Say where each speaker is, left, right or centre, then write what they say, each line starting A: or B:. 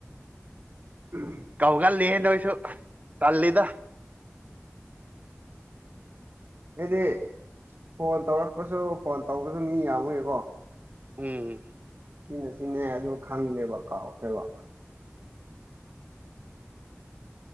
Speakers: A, on the right (about 55°); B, on the right (about 35°).
A: ꯎꯝ
B: ꯀꯧꯒꯜꯂꯤꯍꯦ ꯅꯣꯏꯁꯨ ꯇꯜꯂꯤꯗ
A: ꯑꯩꯗꯤ ꯐꯣꯟ ꯇꯧꯔꯛꯄꯁꯨ ꯐꯣꯟ ꯇꯧꯕꯁꯨ ꯃꯤ ꯌꯥꯝꯕꯒꯤꯀꯣ
B: ꯎꯝ
A: ꯁꯤꯅꯥ ꯁꯤꯅꯦ ꯑꯗꯨ ꯈꯪꯗꯦꯕ ꯀꯥꯎꯈ꯭ꯔꯦꯕ